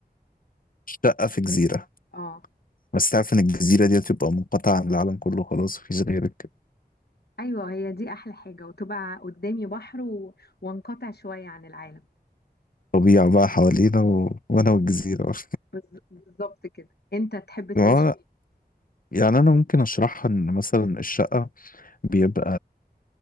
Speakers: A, on the left (about 55°); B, on the left (about 70°).
A: شقة في جزيرة
B: اه
A: بس تعرف ان الجزيرة دي هتبقى منقطعة عن العالم كله خلاص مفيش غيرك
B: ايوه هي دي احلى حاجه وتبقى قدامي بحر و... وانقطع شويه عن العالم
A: طبيعة بقى حوالينا و... وانا والجزيرة <laughs>
B: بز- بالظبط كده انت تحب تعيش
A: و-
B: فين
A: يعني انا ممكن اشرحها ان مثلا الشقه بيبقى